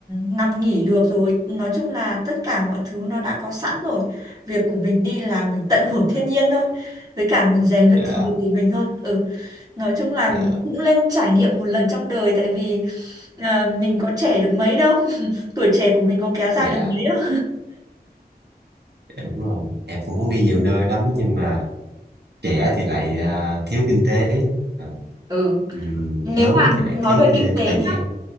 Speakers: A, on the right; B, on the right.
A: nằm nghỉ được rồi nói chung là tất cả mọi thứ nó đã có sẵn rồi việc của mình đi là mình tận hưởng thiên nhiên thôi với cả mình rèn luyện
B: dạ
A: thể lực của mình thôi ừ nói chung là
B: dạ
A: cũng nên trải nghiệm một lần trong đời tại vì à, mình có trẻ được mấy đâu <laughs> tuổi trẻ của mình có kéo dài
B: dạ
A: được mấy đâu
B: Dạ, Đúng rồi, em cũng muốn đi nhiều nơi lắm nhưng mà trẻ thì lại à, thiếu kinh tế, à,
A: ừ
B: ừm,
A: nếu
B: lớn
A: mà
B: thì lại
A: nói
B: thiếu
A: về
B: ti-
A: kinh tế
B: thời
A: nhá
B: gian.